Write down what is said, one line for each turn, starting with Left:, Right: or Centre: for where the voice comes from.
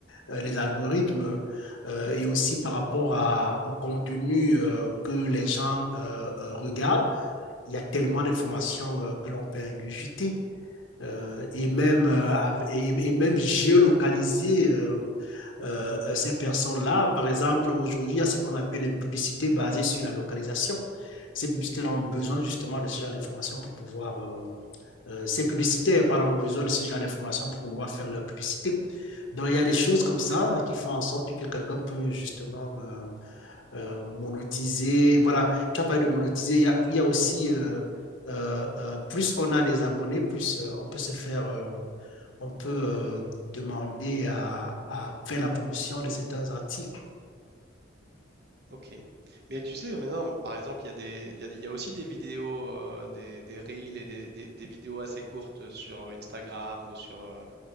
Left: euh, les algorithmes euh, et aussi par rapport à, au contenu euh, que les gens euh, euh, regardent. Il y a tellement d'informations euh, que l'on peut ingurgiter euh, et, même, euh, et, et, même géolocaliser. euh, euh, euh, ces personnes-là, par exemple, aujourd'hui, il y a ce qu'on appelle les publicités basées sur la localisation ces publicités-là ont besoin justement de ce genre d'informations pour pouvoir euh, euh, ces publicitaires, pardon, ont besoin de ce genre d'informations pour pouvoir faire leur publicité. Donc, il y a des choses comme ça qui font en sorte que quelqu'un peut justement euh, euh, monétiser. Voilà, tu as parlé de monétiser. Il y a, il y a aussi, euh, euh, euh, plus on a des abonnés, plus euh, on peut se faire, euh, on peut euh, demander à, à faire la promotion de certains articles.
Right: Ok. Mais tu sais, maintenant, par exemple, il y a des, il y a, des- il y a aussi des vidéos, euh, des, des reels et des, des- des vidéos assez courtes sur euh, Instagram ou sur, euh,